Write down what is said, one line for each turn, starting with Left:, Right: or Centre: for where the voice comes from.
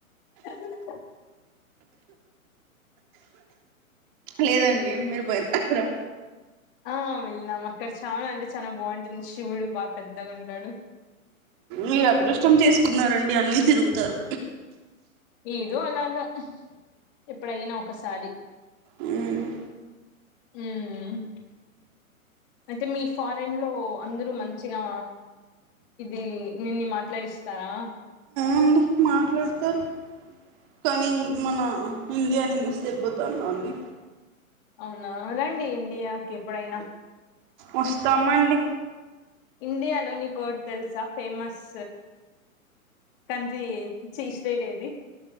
Left: అ <unintelligible>
Right: లేదండి మీరు పోయినారా
Left: ఆ వెళ్లాం అక్కడ చానా అంటే చానా బాగుంటుంది శివుడు బా పెద్దగ ఉంటడు
Right: మీరు అదృష్టం చేసుకున్నారండి అన్ని తిరుగుతరు
Left: ఏదో అలాగా ఎప్పుడయినా ఒకసారి
Right: ఉమ్
Left: ఉమ్ అయితే మీ ఫారెన్ లో అందరూ మంచిగా ఇది నిన్ని మాట్లాడిస్తారా
Right: అండి మాట్లాడతారు కానీ మన ఇండియాని మిస్ అయిపోతాన్నా అండి
Left: అవునా రండి ఇండియాకి ఎప్పుడైనా
Right: వస్తామండి
Left: ఇండియాలో నీకోటి తెలుసా ఫేమస్ కంట్రీ చీ స్టేట్ ఏది